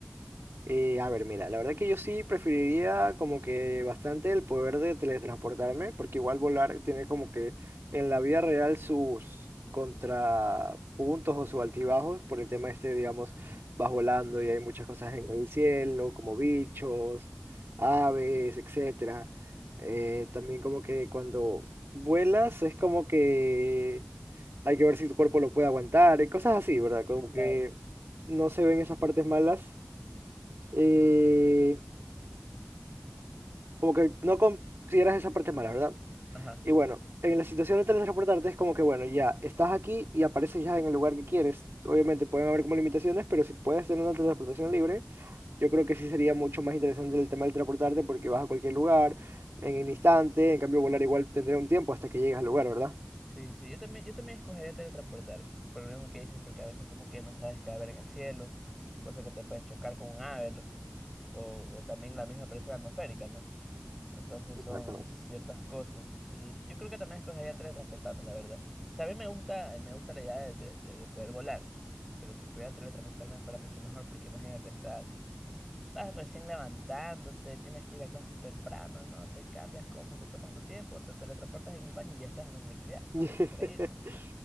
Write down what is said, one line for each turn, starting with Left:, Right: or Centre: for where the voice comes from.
Right: Eh, a ver, mira, la verdad que yo sí preferiría como que bastante el poder de teletransportarme, porque igual volar tiene como que en la vida real sus contrapuntos o sus altibajos por el tema este, digamos, vas volando y hay muchas cosas en el cielo, como bichos, aves, etcétera. Eh, también como que cuando vuelas es como que hay que ver si tu cuerpo lo puede aguantar, y cosas así, ¿verdad? Como
Centre: Claro.
Right: que no se ven esas partes malas, eh, como que no consideras esas partes malas, ¿verdad?
Centre: Ajá.
Right: Y bueno, en la situación de teletransportarte es como que, bueno, ya estás aquí y apareces ya en el lugar que quieres. Obviamente pueden haber como limitaciones, pero si puedes tener una teletransportación libre, yo creo que sí sería mucho más interesante el tema del transportarte porque vas a cualquier lugar en un instante, en cambio volar igual tendría un tiempo hasta que llegues al lugar, ¿verdad?
Centre: Sí, sí, yo también, yo también escogería teletransportarte, por lo mismo que dices, porque a veces como que no sabes qué va a haber en el cielo, cosas que te puedes chocar con un ave, lo- o, o también la misma presión atmosférica, ¿no? Entonces
Right: Exactamente.
Centre: son ciertas cosas. Y yo creo que también escogería teletransportarme, la verdad. O sea, a mí me gusta, me gusta la idea de, de- de- de poder volar, pero si pudiera teletransportarme fuera mucho mejor, porque imagínate, estás Estás recién levantándote, tienes que ir a clases temprano, ¿no? Te cambias, comes, te tomas tu tiempo, te teletransportas en el baño y ya estás en la universidad.
Right: <laughs>
Centre: Es increíble.